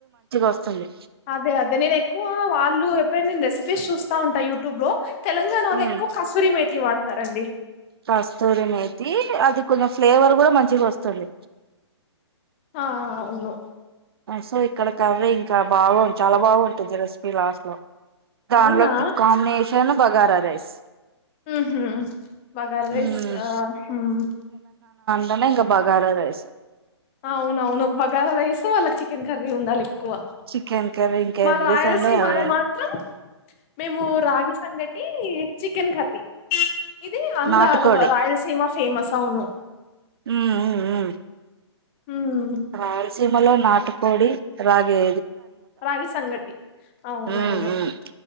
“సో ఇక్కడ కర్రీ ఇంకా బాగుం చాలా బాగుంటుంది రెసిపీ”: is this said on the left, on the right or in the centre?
Right